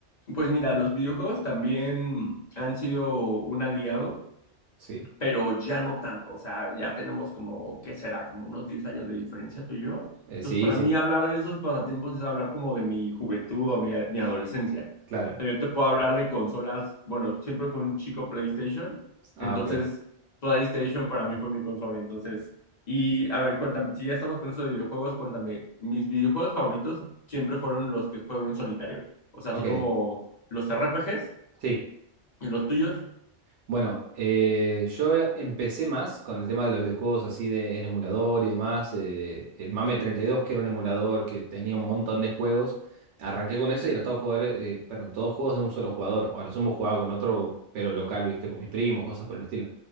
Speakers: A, on the left (about 45°); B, on the right (about 80°).
A: Pues mira, los videojuegos también han sido un aliado
B: Sí.
A: pero ya no tanto, o sea, ya tenemos como, ¿qué será? Como unos 10 años de diferencia tú y yo.
B: Eh,
A: Entonces,
B: sí,
A: para
B: sí,
A: mí hablar de esos pasatiempos es hablar como de mi juventud o mi, mi adolescencia.
B: claro.
A: O sea, yo te puedo hablar de consolas, bueno, siempre fue un chico PlayStation,
B: Ah,
A: entonces
B: ok.
A: PlayStation para mí fue mi consola, entonces, y a ver, cuéntame, si ya estamos con eso de videojuegos, cuéntame, mis videojuegos favoritos siempre fueron los que juego en solitario, o sea,
B: Ok.
A: así como los RPGs
B: Sí.
A: y los tuyos.
B: Bueno, eh, yo e- empecé más con el tema de los videojuegos así de, en emulador y demás. eh, el MAME 32, que era un emulador que tenía un montón de juegos. Arranqué con eso y eran todos jugadores, eh, perdón, todos juegos de un solo jugador. O a lo sumo jugaba con otro, pero local, viste, con mis primos, cosas por el estilo.